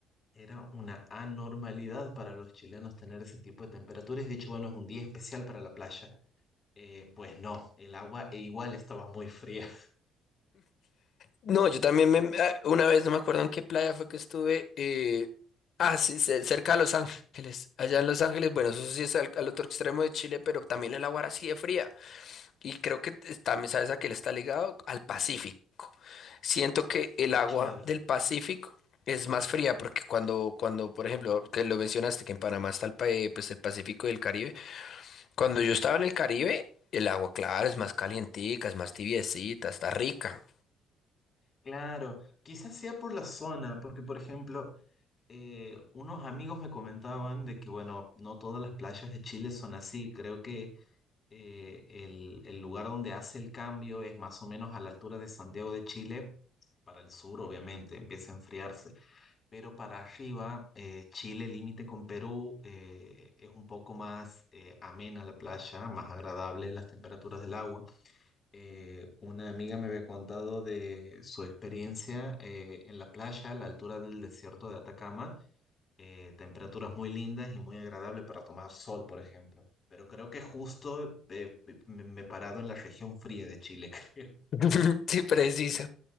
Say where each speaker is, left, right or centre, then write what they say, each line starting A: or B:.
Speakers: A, on the left; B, on the left.
A: Era una anormalidad para los chilenos tener ese tipo de temperaturas. Y de hecho, bueno, es un día especial para la playa. Eh, pues no, el agua e igual estaba muy fría.
B: No, yo también me, ah, una vez no me acuerdo en qué playa fue que estuve, eh, ah, sí, ce- cerca de Los Ángeles, allá en Los Ángeles, bueno, eso sí es al, al otro extremo de Chile, pero también el agua era así de fría. Y creo que también sabes a qué le está ligado al Pacífico. Siento que el
A: <laughs>
B: agua
A: Claro,
B: del Pacífico es más fría porque cuando, cuando, por ejemplo, que lo mencionaste, que en Panamá está el, pa- eh, pues, el Pacífico y el Caribe. Cuando yo estaba en el Caribe, el agua, claro, es más calientica, es más tibiecita, está rica.
A: claro. Quizás sea por la zona, porque por ejemplo, eh, unos amigos me comentaban de que, bueno, no todas las playas de Chile son así. Creo que eh, el, el lugar donde hace el cambio es más o menos a la altura de Santiago de Chile, para el sur, obviamente, empieza a enfriarse. pero para arriba, eh, Chile, límite con Perú, eh, es un poco más eh, amena la playa, más agradable las temperaturas del agua. Eh, una amiga me había contado de su experiencia eh, en la playa, a la altura del desierto de Atacama, eh, temperaturas muy lindas y muy agradables para tomar sol, por ejemplo. Pero creo que justo eh, me me he parado en la región fría de Chile, <laughs> creo.
B: <laughs> Sí, preciso.